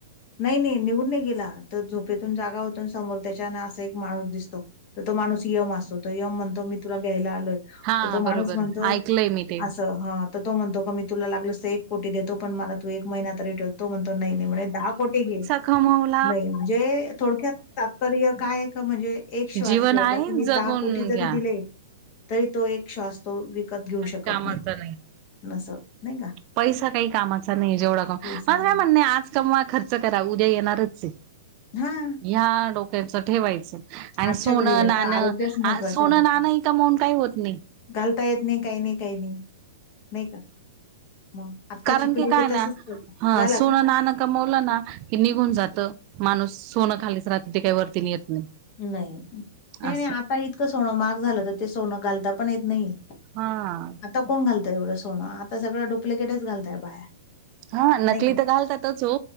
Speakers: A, on the left (about 40°); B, on the right (about 40°).
A: नाहीं नाहीं निघूंन नाहीं गेलां तरं झोपेतूंन जागां होतो समोर त्यांच्यान असां एक माणूंस दिसतो. तरं तो माणूंस यंम असतो तो यंम म्हणतो मी तुलां घ्यांयला आलोय
B: हा
A: तरं तो माणूंस
B: बरोबर
A: म्हणतो
B: ऐकलंय मी ते
A: असं. हां तरं तो म्हणतो कां मी तुलां लागलंस तरं एक कोटी देतो पणं मलां तूं एक महिना तरी ठेवतो म्हणतो. नाहीं नाहीं म्हणे दहा कोटी घे
B: कमांवला
A: नाहीं म्हणजे थोडक्यांत तात्पर्य कायं कां म्हणजे एक श्वास
B: जीवन
A: घ्यांयला
B: आहे
A: तुम्हीं
B: जगून
A: दाग दहा कोटी जरी
B: घ्या
A: दिले. तरी तो एक श्वासतो विकतं घेऊं
B: काही
A: शकतं
B: कामाचा
A: नाहीं
B: नाही
A: असं नाहीं कां.
B: पैसा कांहीं कामांचा नाहीं जेवढां कां
A: दिवसांना
B: माझं कांय म्हणणे आंज कमवां खर्च करां उद्यां येणारं चं आहे.
A: हां.
B: ह्यां डोक्याचं ठेवायचं. आणि
A: आजच्या
B: सोनं
A: घडीला
B: नाणं
A: तर आरोग्यच महत्वाचं
B: सोनं
A: आहे अहो.
B: नाणं इथं कां मूंन कांहीं होतं नाहीं.
A: घालता येत नाही काही नाही काही नाही नाही का मग आत्ताची
B: कारण
A: पिढी
B: की काय
A: तर
B: ना
A: तसंच करतात.
B: ह
A: झाला
B: सोनं
A: का?
B: नानक कमवलं ना की निघून जात माणूस सोनं खालीच राहत ते काही वरती नेत नाही.
A: नाही नाही
B: असं
A: नाही आता इतकं सोनं माग झालं तर ते सोनं घालता पण येत नाही.
B: हा.
A: आता कोण घालतय एवढं सोनं आता सगळं डूप्लिकेटच घलताय बाया.
B: हा नकली
A: नाही का?
B: तर घालतातच हो